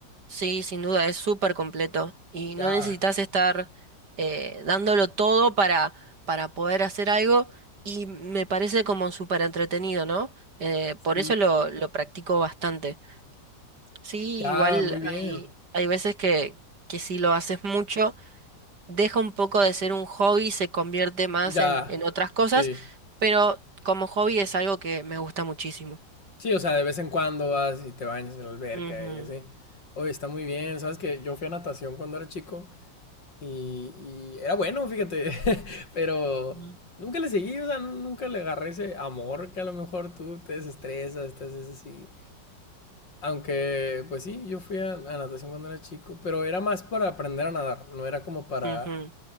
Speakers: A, on the right (about 60°); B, on the left (about 75°).
A: sí, sin duda, es súper completo y
B: Ya.
A: no necesitas estar eh, dándolo todo para, para poder hacer algo y me parece como súper entretenido, ¿no? Eh, por
B: Sí.
A: eso lo, lo practico bastante. Sí,
B: Ya,
A: igual
B: muy bien.
A: hay, hay veces que, que si lo haces mucho deja un poco de ser un hobby, y se convierte más
B: Ya.
A: en, en otras cosas,
B: Sí.
A: pero como hobby es algo que me gusta muchísimo.
B: Sí, o sea, de vez en cuando vas y te bañas en la alberca
A: Ujú,
B: y así. Oye, está muy bien. Sabes que yo fui a natación cuando era chico Y, y era bueno, fíjate, <laughs> pero
A: Ujú.
B: nunca le seguí, o sea, nu- nunca le agarré ese amor que a lo mejor tú te desestresas, te haces así. Aunque, pues sí, yo fui a, a natación cuando era chico, pero era más para aprender a nadar, no era como para,
A: ujú,